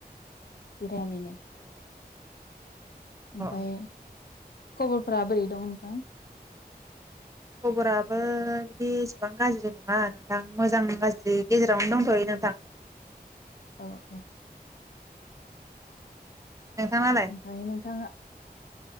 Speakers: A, on the left; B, on the right.
A: <unintelligible>
B: अ अ
A: ओमफाय खबरफोरा बोरै दं नोंथां?
B: खबराबो बिदि एसेबां गाज्रि नङा नोंथां मोजां गाज्रि गेजेरावनो दंथयो नोंथां।
A: औ औ
B: नोंथाङालाय
A: ओमफाय नोंथाङा